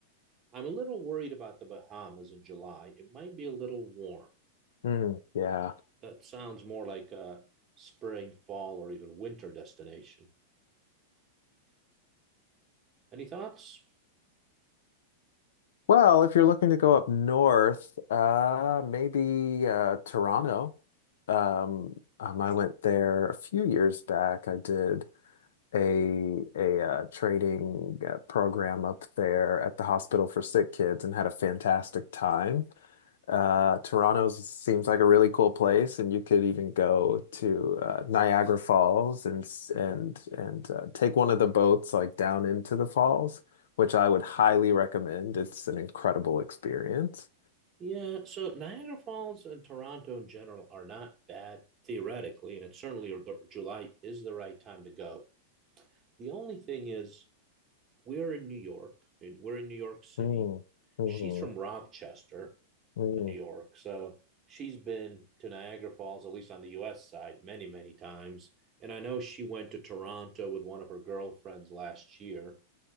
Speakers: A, on the right (about 25°); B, on the left (about 75°).
A: I'm a little worried about the Bahamas in July. It might be a little warm.
B: Mm, yeah.
A: Uh, that sounds more like a spring, fall, or even winter destination. Any thoughts?
B: Well, if you're looking to go up north, uh maybe uh Toronto. Um, um I went there a few years back. I did a a uh, training uh, program up there at the hospital for sick kids and had a fantastic time. Uh, Toronto seems like a really cool place, and you could even go to uh, Niagara Falls and s- and and uh, take one of the boats like down into the falls, which I would highly recommend. It's an incredible experience.
A: Yeah, so Niagara Falls and Toronto in general are not bad theoretically, and it's certainly the, July is the right time to go. The only thing is, we're in New York, and we're in New York City.
B: Mm, mhm,
A: She's from Rochester,
B: mm.
A: uh, New York, so she's been to Niagara Falls, at least on the U.S. side, many, many times. And I know she went to Toronto with one of her girlfriends last year